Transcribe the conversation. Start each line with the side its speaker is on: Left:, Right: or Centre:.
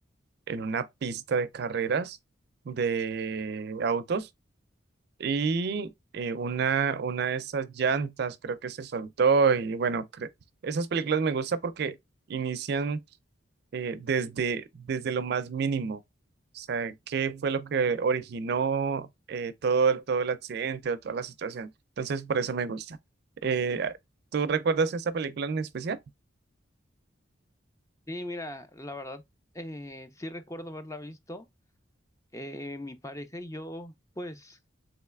Right: en una pista de carreras de autos y eh, una, una de esas llantas creo que se soltó y bueno, cre- esas películas me gustan porque inician eh, desde, desde lo más mínimo. O sea, ¿qué fue lo que originó eh, todo, el- todo el accidente o toda la situación? Entonces, por eso me gusta. Eh, ¿tú recuerdas esta película en especial?
Left: Sí, mira, la verdad, eh, sí recuerdo haberla visto. Eh, mi pareja y yo, pues...